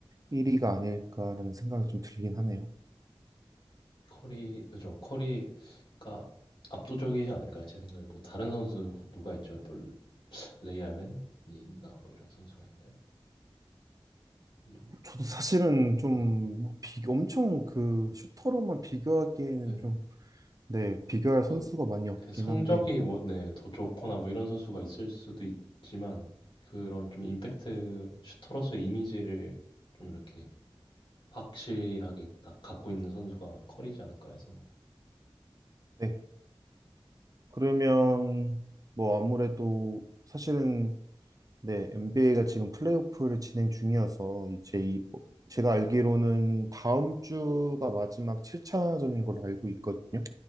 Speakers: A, on the right (about 40°); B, on the left (about 65°).
A: 1위가 아닐까라는 생각이 좀 들긴 하네요.
B: 커리 그죠. 커리가 압도적이지 않을까요? 제 생각에 뭐 다른 선수가 누가 있죠? 뭐 레이 알렌이나 뭐 이런 선수가 있나요? 누구
A: 저도 사실은 좀
B: 네.
A: 비, 엄청 그 슈터로만 비교하기에는
B: 네.
A: 좀, 네, 비교할
B: 뭐
A: 선수가 많이 없긴
B: 네, 성적이
A: 한데,
B: 뭐 네, 더 좋거나 뭐 이런 선수가 있을 수도 있지만 그런 좀 임팩트 슈터로서 이미지를 좀 이렇게 확실하게 딱 갖고 있는 선수가 커리지 않을까 해서.
A: 네. 그러면 뭐 아무래도 사실은 네, NBA가 지금 플레이오프를 진행 중이어서 이제 이 뭐, 제가 알기로는 다음 주가 마지막 7차전인 걸로 알고 있거든요.